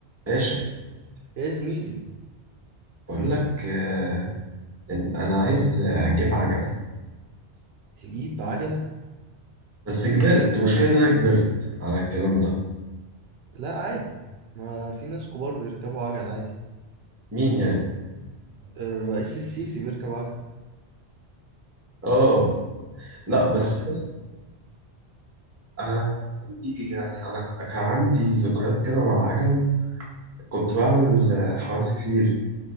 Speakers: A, on the right; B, on the right.
A: باشا
B: يا زميلي
A: بقول لك آه، إن انا عايز اجيب عجله
B: تجيب عجلة
A: بس كبرت المشكله ان انا كبرت على الكلام ده
B: لا عادي ما في ناس كبار بيركبوا عجل عادي
A: مين يعني
B: الرئيس السيسي بيركب عجل
A: اه لا
B: بيركب
A: بس
B: عجل
A: بص
B: عادي
A: انا عندي يعني انا ك- كان عندي ذكريات كده مع العجل كنت بعمل آه، حوادث كتير